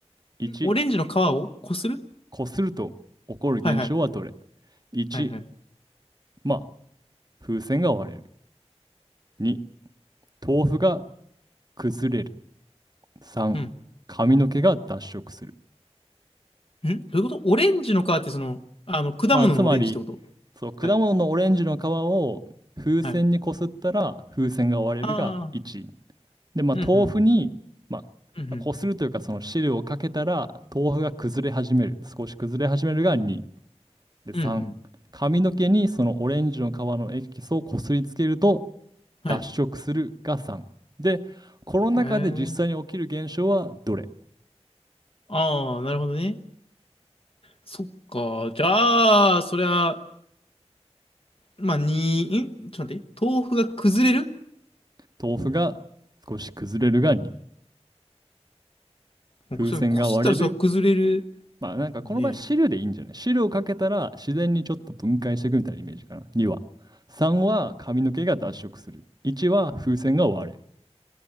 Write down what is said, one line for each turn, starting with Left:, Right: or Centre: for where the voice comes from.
Right: ?1、
Left: オレンジの皮をこする
Right: こすると起こる現象はどれ
Left: はいはい。
Right: ?1、
Left: はいはい。
Right: まあ、風船が割れる。に豆腐が崩れる。3、
Left: うん。
Right: 髪の毛が脱色する。
Left: んどういうことオレンジの皮ってその、あの、果物のオレンジってこと
Right: まあ、つまり、そう、果物のオレンジの皮を風船にこすったら風船が割れるが1。
Left: はい。はい。ああ。
Right: で、まあ、
Left: うんうん。
Right: 豆腐に、まあ、
Left: うんうん。
Right: こするというか、その汁をかけたら豆腐が崩れ始める。少し崩れ始めるが2。で、
Left: うんうん。
Right: 3、髪の毛にそのオレンジの皮のエキスをこすりつけると
Left: はい。
Right: 脱色するが3。で、この中で実際に起きる現象はどれ
Left: えー。ああ、なるほどね。そっか。じゃあ、そりゃ、まあ、に、んちょっと待って、豆腐が崩れる
Right: 豆腐が少し崩れるがに
Left: もうそれこすったらそれ崩れる
Right: 風船が割れる。まあなんかこの場合汁でいいんじゃない汁をかけたら自然にちょっと分解していくみたいなイメージかな。
Left: のね。
Right: 2は。3は髪の毛が脱色する。1は風船が割れる。